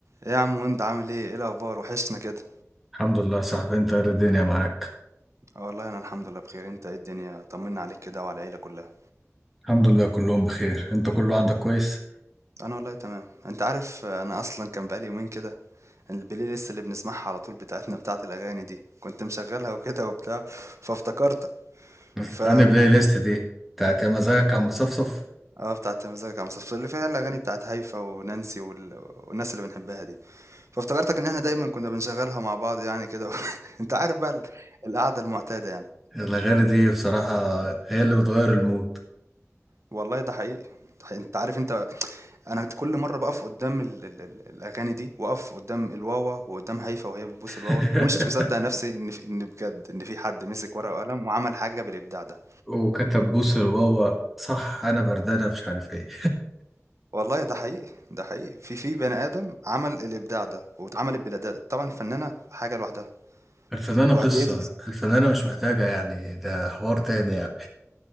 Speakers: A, on the right; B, in the centre.
A: ايه يا عم وانت عامل ايه ايه الاخبار وحشنا كده
B: الحمد لله يا صاحبي انت ايه الدنيا معاك
A: اه والله انا الحمد لله بخير انت ايه الدنيا طمنا عليك كده وعلى العيله كلها
B: الحمد لله كلهم بخير انت كله عندك كويس
A: انا والله تمام انت عارف انا اصلا كان بقالي يومين كده البلاي ليست اللي بنسمعها على طول بتاعتنا بتاعت الاغاني دي كنت مشغلها وكده وبتاع فافتكرتك
B: بس
A: ف
B: انا بلاي ليست دي بتاعت يا مزاجك عم صفصف
A: اه بتاعت مزاجك يا عم صفصف اللي فيها الاغاني بتاعت هيفا ونانسي وال... والناس اللي بنحبها دي فافتكرتك ان احنا دايما كنا بنشغلها مع بعض يعني كده <laughs> انت عارف بقى ال- القعده المعتاده يعني
B: الاغاني دي بصراحة هي اللي بتغير المود
A: والله ده حقيقي ده حقيقي. انت عارف انت انا كل مره بقف قدام ال ال ال الاغاني دي واقف قدام الواوا وقدام هيفا وهي بتبوس الواوا
B: <laughs>
A: ومش مصدق نفسي ان في ان بجد ان في حد مسك ورقه وقلم وعمل حاجه بالابداع ده
B: وكتب بوس الواوا صح انا بردانة مش عارف ايه
A: والله ده حقيقي ده حقيقي في في بني ادم عمل الابداع ده واتعملت بلا طبعا الفنانه حاجه لوحدها
B: <laughs> الفنانة
A: وقد
B: قصة
A: ايه ال-
B: الفنانة مش محتاجة يعني ده حوار تاني يعني